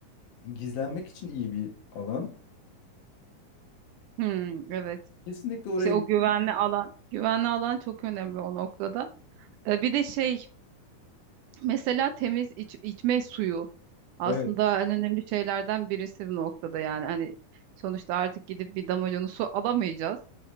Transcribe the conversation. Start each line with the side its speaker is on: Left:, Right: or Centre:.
Left: gizlenmek için iyi bir alan.
Right: Hmm, evet.
Left: Kesinlikle oraya
Right: İşte
Left: giderim.
Right: o güvenli alan, güvenli alan çok önemli o noktada. E, bir de şey Mesela temiz iç- içme suyu aslında
Left: Evet.
Right: en önemli şeylerden birisi bu noktada yani hani sonuçta artık gidip bir damacana su alamayacağız.